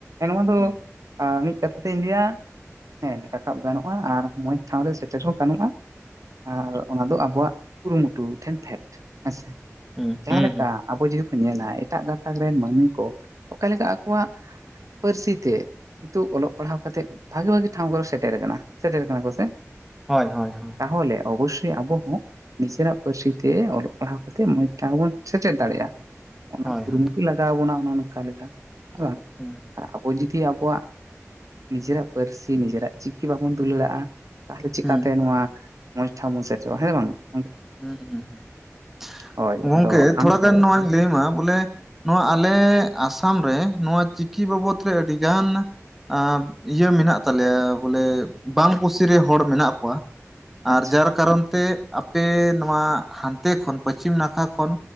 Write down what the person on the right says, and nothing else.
ᱱᱚᱣᱟ ᱫᱚ
ᱟᱻ ᱢᱤᱫ ᱠᱟᱛᱷᱟ ᱛᱤᱧ ᱞᱟᱹᱭᱟ ᱾ ᱦᱮᱸ ᱨᱟᱠᱟᱵ ᱜᱟᱱᱚᱜᱼᱟ᱾ ᱟᱨ ᱢᱚᱸᱡᱽ ᱴᱷᱟᱶ ᱨᱮ ᱥᱮᱴᱮᱨ ᱦᱚᱸ ᱜᱟᱱᱚᱜᱼᱟ᱾ ᱟᱨ ᱚᱱᱟ ᱫᱚ ᱟᱵᱚᱣᱟᱜ ᱠᱩᱨᱩᱢᱩᱴᱩ ᱴᱷᱮᱱ ᱯᱷᱮᱰ ᱦᱮᱸᱥᱮ
ᱡᱟᱸᱦᱟ
ᱞᱮᱠᱟ᱾
ᱟᱵᱚ ᱡᱩᱫᱤ ᱵᱚᱱ ᱧᱮᱞᱟ ᱮᱴᱟᱜ ᱜᱟᱛᱟᱠ ᱨᱮᱱ ᱢᱟᱹᱱᱢᱤ ᱠᱚ ᱚᱠᱟ ᱞᱮᱠᱟ ᱟᱠᱚᱣᱟᱜ ᱯᱟᱹᱨᱥᱤ ᱛᱮ ᱱᱤᱛᱚᱜ ᱚᱞᱚᱜ ᱯᱟᱲᱦᱟᱣ ᱠᱟᱛᱮ ᱵᱷᱟᱜᱤ ᱵᱷᱟᱜᱤ ᱴᱷᱟᱶ ᱠᱚ ᱥᱮᱴᱮᱨ ᱟᱠᱟᱱᱟ ᱥᱮᱴᱮᱨ ᱟᱠᱟᱱᱟ ᱠᱚ ᱥᱮ
ᱛᱟᱦᱚᱞᱮ ᱚᱵᱚᱥᱥᱚᱭ ᱟᱵᱚ ᱦᱚᱸ ᱱᱤᱡᱮᱨᱟᱜ ᱯᱟᱹᱨᱥᱤ ᱛᱮ ᱚᱞᱚᱜ ᱯᱟᱲᱦᱟᱣ ᱠᱟᱛᱮ ᱢᱚᱸᱡᱽ ᱴᱟ ᱵᱚᱱ ᱥᱮᱴᱮᱨ ᱫᱟᱲᱮᱭᱟᱜᱼᱟ, ᱚᱱᱟ
ᱠᱩᱨᱩᱢᱩᱴᱩ
ᱞᱟᱜᱟᱣ ᱵᱚᱱᱟ ᱚᱱᱚ ᱱᱚᱝᱠᱟ ᱞᱮᱠᱟ ᱦᱮᱸ ᱵᱟᱝ᱾
ᱟᱨ ᱟᱵᱚ ᱡᱩᱫᱤ ᱟᱵᱚᱣᱟᱜ ᱱᱤᱡᱮᱨᱟᱜ ᱯᱟᱹᱨᱥᱤ ᱱᱤᱡᱮᱨᱟᱜ ᱪᱤᱠᱤ ᱵᱟᱵᱚᱱ ᱫᱩᱞᱟᱹᱲᱟᱜᱼᱟ ᱾ ᱛᱟᱦᱚᱞᱮ ᱪᱤᱠᱟᱛᱮ
ᱱᱚᱣᱟ ᱢᱚᱸᱡᱽ ᱴᱷᱟᱣ ᱥᱮᱴᱮᱨᱚᱜᱼᱟ᱾ ᱦᱮᱸ ᱵᱟᱝ ᱾
ᱦᱳᱭ
ᱟᱫᱚ ᱟᱢ
ᱟᱪᱪᱷᱟ